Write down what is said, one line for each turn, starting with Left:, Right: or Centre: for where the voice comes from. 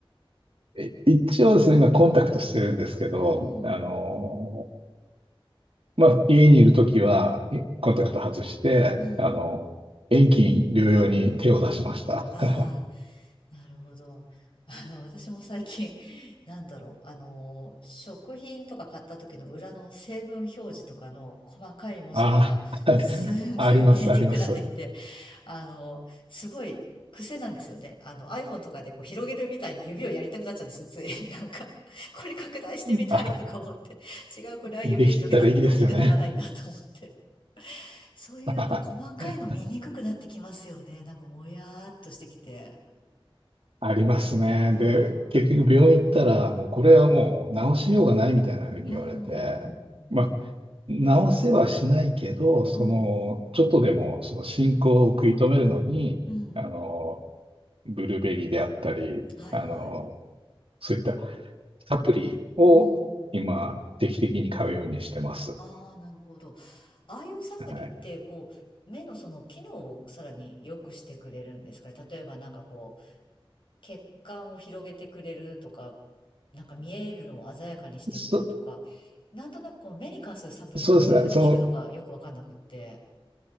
Right: え一応ですね、今コンタクトしてるんですけど、
Left: うん。
Right: あの、まあ、家にいるときは、えコンタクト外して、
Left: うん。
Right: あの、遠近療養に手を出しました。
Left: ああ。
Right: <laughs>
Left: なるほど。<laughs> あの、私も最近、<laughs> なんだろう、あの、食品とか買った時の裏の成分表示とかの細かい文字が、
Right: ああ、<laughs>
Left: すごい見えにくくなってきて、
Right: あります、あります。
Left: あの、すごい癖なんですよね。あの、iPhone とかでこう広げるみたいに指をやりたくなっちゃうんですよ、つい。<laughs> なんか、これ拡大してみたいとか思って。
Right: あ、
Left: 違う、これは指で広げたって大きくならないなと思って。
Right: できたらいいですよね。
Left: そういうやっぱ細かいの見にくくなってきますよね。
Right: <laughs>
Left: なんかもやーっとしてきて。
Right: ありますね。
Left: うん。
Right: で、結局病院行ったら、もうこれはもう治しようがないみたいな風に言われて、
Left: うん、うん、
Right: まあ、治せはしないけど、その、
Left: うん、
Right: ちょっとでもその進行を食い止めるのに、
Left: うん。
Right: あの、ブルーベリーであったり、
Left: はいはい。
Right: あの、そういったサプリを今、
Left: うん。
Right: 定期的に買うようにしてます。
Left: ああ、なるほど。ああいうサプリって、
Right: はい。
Left: こう、目のその機能をさらに良くしてくれるんですかね。例えばなんかこう、血管を広げてくれるとか、なんか見えるのを鮮やかにしてくれるとか、
Right: そ、
Left: なんとなくこの目に関するサプリってどういうふうに効くのかよくわかんなくって。
Right: そうですね。その